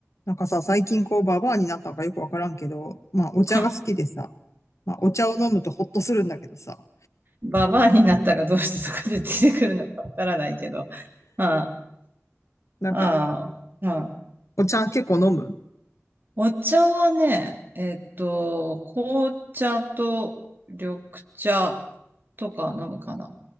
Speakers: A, on the left; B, on the right.
A: なんかさ、最近こうババアになったのかよくわからんけど、まあお茶が好きでさ、
B: うん
A: まあお茶を飲むとホッとするんだけどさ、
B: ババアになったがどうしてそこで出てくるのかわからないけど。ああ、
A: なんか
B: まあまあ、うん
A: お茶結構飲む
B: お茶はね、えっと、紅茶と緑茶とか飲むかな。